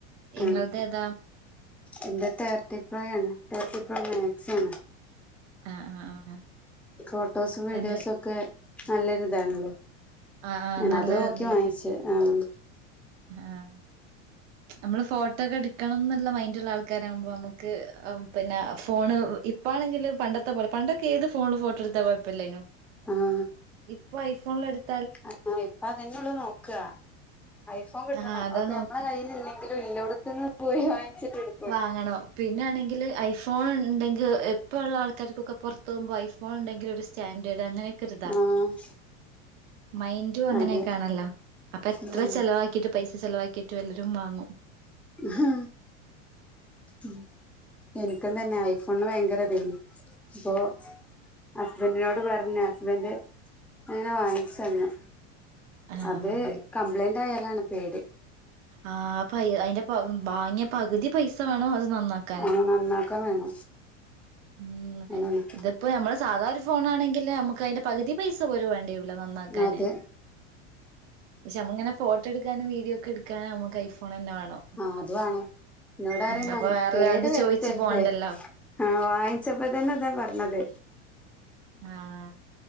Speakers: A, on the right; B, in the centre.
A: ഇങ്ങൾത്
B: ആഹ്
A: ഏതാ
B: എന്റെ തേർട്ടി പ്രോ ആണ് തേർട്ടി പ്രോ മാക്സ് ആണ്
A: ആഹ് ആഹ് ആഹ്
B: ഫോട്ടോസും വീഡിയോസും
A: എന്റെ
B: ഒക്കെ നല്ലെരു ഇതാണല്ലേ
A: ആഹ് ആഹ്
B: ഞാൻ
A: നല്ല
B: അത് നോക്കി
A: ഇതില്
B: വാങ്ങിച്ചേ
A: കിട്ടും
B: ആഹ്
A: ആഹ് നമ്മള് ഫോട്ടോ ഒക്കെ ഇട്ക്കണം ന്ന്ള്ള മൈൻഡുള്ള ആൾക്കാരാകുമ്പോ നമുക്ക് പിന്നെ ഫോണ് ഇ ഇപ്പാണെങ്കില് പണ്ടത്തെ പോലെ പണ്ടൊക്കെ ഏത് ഫോണിലും ഫോട്ടോ എടുത്താൽ കൊഴപ്പല്ലേനു
B: ആഹ്
A: ഇപ്പൊ ഐഫോണിലടുത്ത്
B: ആഹ് ഇപ്പ അതെന്നെ ഉള്ളു നോക്കുക ഐഫോൺ കിട്ടണം
A: ആഹ് അതാ
B: അതിപ്പൊ
A: നോക്ക്
B: ഞമ്മടെ കയ്യിൽ ഇല്ലെങ്കിലും ഇല്ലോടത്തുന്നു പോയി വാങ്ങിച്ചിട്ട് എടു
A: വാങ്ങണം പിന്നാണെങ്കില് ഐഫ്‌ ഫോൺ ഉണ്ടെങ്കിൽ ഇപ്പൊ ഉള്ള ആൾക്കാർക്കൊക്കെ പുറത്ത് പോകുമ്പോൾ ഐ ഫോൺ ഉണ്ടെങ്കിൽ ഒരു സ്റ്റാൻഡേർഡ് അങ്ങനെ ഒക്ക് - ഒക്കെരിതാ
B: ആഹ്
A: മൈൻഡും അങ്ങനെ
B: അതെ
A: ഒക്കെ ആണല്ലോ അപ്പൊ എത്ര
B: ഉം
A: ചെലവാക്കീട്ടും പൈസ ചെലവാക്കിയിട്ടും എല്ലരും വാങ്ങും
B: ആഹ് ഹാ ഉം എനിക്കുംതന്നെ ഐ ഫോണിന് ഭയങ്കര ഇതന് അപ്പൊ ഹസ്ബൻഡിനോട് പറഞ്ഞു ഹസ്ബൻഡ് അങ്ങനെ വാങ്ങിച്ച് തന്ന്
A: ആഹ്
B: അത്
A: ആഹ്
B: കംപ്ലയിന്റ് ആയാലാണ് പേടി
A: ആഹ് പൈ അതിന്റെ വാങ്ങിയ പകുതി പൈസ വേണം അത് നന്നാക്കാൻ
B: ആഹ് നന്നാക്കാൻ വേണം
A: ഉം
B: അതാണ്
A: ഇതിപ്പോ ഞമ്മള് സാധാ ഒരു ഫോണാണെങ്കില് നമുക്ക് അതിന്റെ പകുതി പൈസ പോലും വേണ്ടയും ല നന്നാക്കാന്
B: അതെ
A: പക്ഷേ നമ്മുക്കിങ്ങനെ ഫോട്ടോ എടുക്കാനും വീഡിയോക്ക എടുക്കാനും നമ്മക്ക് ഐഫോണ് തന്നെ വേണം
B: ആഹ് അത് വാണം ഇന്നോട് പറിം
A: ഉം അപ്പൊ വേറൊരാൾത്
B: കേടു വര്ത്തര്ത്
A: ചോയിച്ചു പോണ്ടല്ലോ
B: ആഹ് വാങ്ങിച്ചപ്പോ തന്നെ അതാ പറഞ്ഞത്
A: ആഹ്